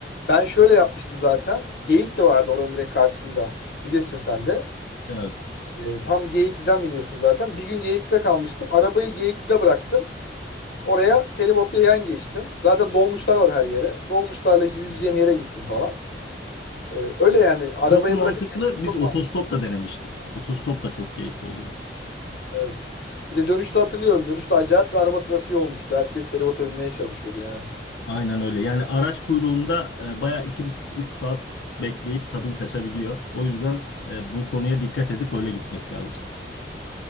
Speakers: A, on the left; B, on the left.
A: Ben şöyle yapmıştım zaten. Geyikli vardı oranın direkt karşısında. Bilirsin sen de.
B: Evet.
A: Ee, tam Geyikli'den biniyorsun zaten. Bir gün Geyikli'de kalmıştım. Arabayı Geyikli'de bıraktım. Oraya feribotla yan geçtim. Zaten dolmuşlar var her yere. Dolmuşlarla işte yüzeceğim yere gittim falan. Ee, öyle yani arabayı
B: Çok mantıklı.
A: bırakıp geçmek
B: Biz
A: çok
B: otostop da denemiştik. Otostop da çok keyifli oluyor.
A: Evet. Bir de dönüşte hatırlıyorum. Dönüşte acayip bir araba trafiği olmuştu. Herkes feribota binmeye çalışıyordu yani.
B: Aynen öyle. Yani araç kuyruğunda e, baya iki buçuk üç saat bekleyip tadın kaçabiliyor. O yüzden e, bu konuya dikkat edip öyle gitmek lazım.